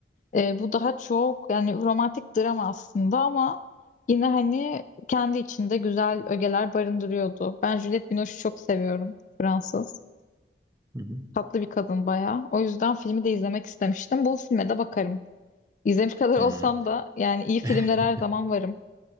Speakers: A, on the left; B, on the right.
A: E, bu daha çok yani romantik drama aslında ama yine hani kendi içinde güzel ögeler barındırıyordu. Ben Juliette Binoche'u çok seviyorum. Fransız.
B: hı hı.
A: Tatlı bir kadın bayağı. O yüzden filmi de izlemek istemiştim. Bu filme de bakarım. İzlemiş kadar
B: Hmm.
A: <laughs> olsam da yani iyi filmlere
B: <laughs>
A: her zaman varım.